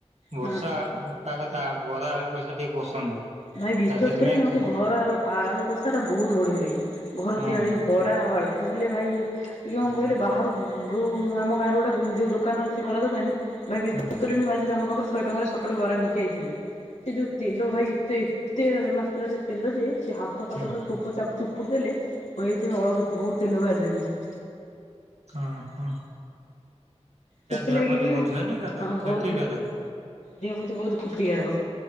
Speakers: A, on the right; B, on the left.
A: ବର୍ଷା
B: ହଁ।
A: ପାଗ ତା ବରା ଆଳୁକଷା ଟିକେ ପସନ୍ଦ।
B: ଭାଇ ବିଶ୍ଵାସ
A: ତା ସେଥିପାଇଁ
B: କରିବେନି, ମତେ
A: ଖା
B: ଘର ଆଳୁ କଷାଟା ବହୁତ୍ ବଢିଆ ଲାଗେ ଘର
A: ହଁ
B: ତିଆରି
A: ହଁ
B: ବରା ଆଳୁ କହିଲେ ଭାଇ
A: ହୁଁ
B: କହିଲେ ବାହାରୁ ଯୋଉ ଆମ ଗାଁ ର ଗୋଟେ ଯୋଉ ଦୋକାନ ଅଛି ବରା ଦୋକାନୀ ଭାଇ ବିଶ୍ୱାସ
A: ହୁଁ
B: କରିବେନି ଆଜି ତାଙ୍କ ପାଖରୁ ଶହ ଟଙ୍କାର ସକାଳେ ବରା ନେଇକି ଆସିଥିଲି, ସେ ଯୋଉ ତେଲ ଭାଇ ଏତେ ଏତେ ଯେ ସେ ତେଲ ଯେ ହାତ ଫାତ
A: ହୁଁ ହୁଁ
B: ପୁରା ଚିପୁଡି ଦେଲେ ହେଇଥିବ ଅଳ୍ପ ବହୁତ ତେଲ ବାହାରିଯାଉଚି।
A: ହଁ ହଁ
B: ସେଥିଲାଗି
A: ଦେହପତି
B: କି
A: ବହୁତ ହେନି କାରକ
B: ହଁ
A: ଖେତି
B: ବହୁତ
A: କାରକ।
B: ଦେହ ପ୍ରତି ବହୁତ କ୍ଷତିକାରକ।